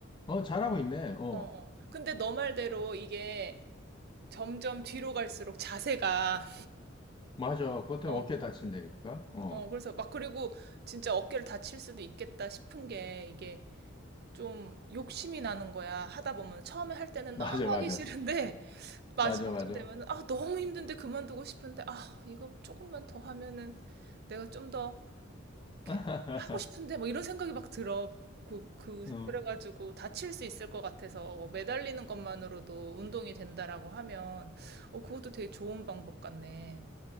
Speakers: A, on the left; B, on the right.
A: 어, 잘하고 있네. 어,
B: 어, 어. 근데 너 말대로 이게 점점 뒤로 갈수록 자세가
A: 맞아. 그것 때문에
B: 어.
A: 어깨 다친다니까. 어,
B: 어 그래서 막 그리고 진짜 어깨를 다칠 수도 있겠다 싶은 게 이게 좀 욕심이 나는 거야 하다 보면 처음에 할 때는
A: <laughs> 맞아,
B: 너무
A: 맞아.
B: 하기 싫은데 마지막쯤
A: 맞아, 맞아.
B: 되면은 아 너무 힘든데 그만두고 싶은데 아 이거 조금만 더 하면은 내가 좀 더 이렇게
A: <laughs>
B: 하고 싶은데 뭐 이런 생각이 막 들어 그, 그
A: 어,
B: 그래가지고 다칠 수 있을 것 같아서 뭐 매달리는 것만으로도 운동이 된다라고 하면 어 그것도 되게 좋은 방법 같네.